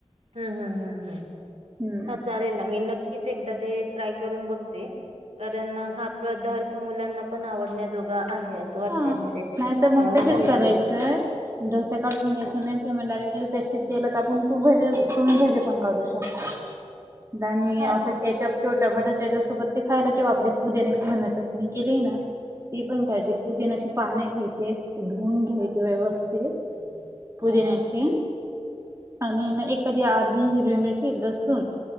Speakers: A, on the right (about 75°); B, on the right (about 25°).
A: हम्म हम्म हम्म हम्म
B: हम्म
A: हा चालले ना मीन नक्कीच एकदा ते ट्राय करून बघते. कारण हा पदार्थ मुलांना पण आवडण्याजोगा आहे असं वाटतंय
B: हा,
A: म्हणजे
B: नाही तर मग
A: हा
B: तसेच
A: छान
B: करायचंय
A: लागेल.
B: डोसा काढून घ्यायच नाही तर मग डायरेक्टली त्याची केला तर आपण तू भजे तुम्ही भजे पण काढू शकता आणि
A: हा
B: असं केचप किंवा टमाटर त्याच्यासोबत ते खायला किंवा आपल्या पुदिन्याची छान चटणी केली ना, ती पण कायजे
A: हा हा
B: त्याचे पाणे घ्यायचे ते धुऊन घ्यायचे
A: हा
B: व्यवस्थित पुदीनांचे
A: हा हा
B: आणि
A: ओके
B: ना ऐखादी अर्धी हिरवी मिरची लसूण